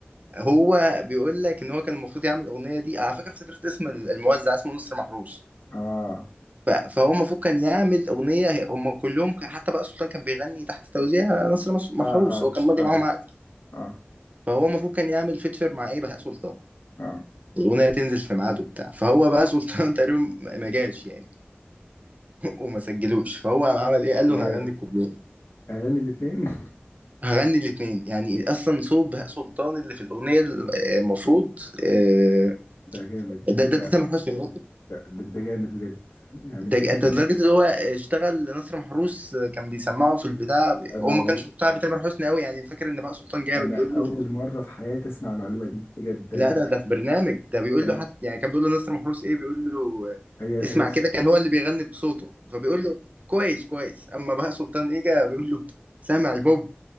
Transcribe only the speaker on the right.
هو بيقول لك إن هو كان المفروض يعمل الأغنية دي على فكرة افتكرت اسم الموزع اسمه نصر محروس
ف- فهو المفروض كان يعمل أغنية هي- هم كلهم كان- حتى بهاء سلطان كان بيغني تحت توزيع نصر مس- محروس
هو كان ماضي
معاهم عقد
فهو المفروض كان يعمل فيتشر مع إيه بهاء سلطان
الأغنية تنزل في ميعاده بتاع فهو بهاء سلطان <laughs> تقريبا ما ما جاش يعني <laughs> وما سجلوش فهو عمل إيه قال
له أنا
هغني الكوبليه
هغني الاتنين يعني اصلا صوت بهاء سلطان اللي في الاغنيه المفروض آه،
ده ده ده تامر حسني برضه
ده
ده
لدرجه ان هو اشتغل نصر محروس آه، كان بيسمعه في البتاع
هو ما
كانش مقتنع بتامر حسني قوي يعني فاكر ان بهاء سلطان جامد
بيقول
له
لا ده ده في برنامج ده بيقول
له حتى يعني كان بيقول له نصر محروس ايه بيقول له آه،
اسمع كده كان هو اللي بيغني بصوته فبيقول له كويس كويس اما بهاء سلطان اجى بيقول له سامع البوب